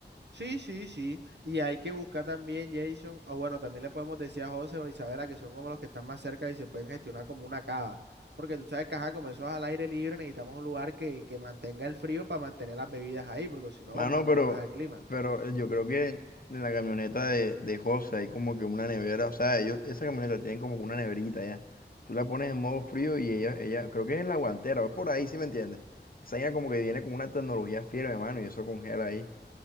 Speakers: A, on the right (about 70°); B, on the left (about 50°).
A: Sí, sí, sí. Y hay que buscar también, Jason, o bueno, también le podemos decir a José o Isabela que son como los que están más cerca y se pueden gestionar como una cava. Porque tú sabes que, ajá, como eso es al aire libre, necesitamos un lugar que, que mantenga el frío para mantener las bebidas ahí, porque si no
B: Mano,
A: vamos a tomarnos
B: pero,
A: el clima.
B: pero eh, yo creo que en la camioneta de, de José hay como que una nevera, o sea, ellos, esa camioneta tienen como que una neverita ya. Tú la pones en modo frío y ella, ella, creo que es en la guantera, es por ahí, ¿sí me entiendes? Esa vaina como que viene con una tecnología fiera, mano, y eso congela ahí.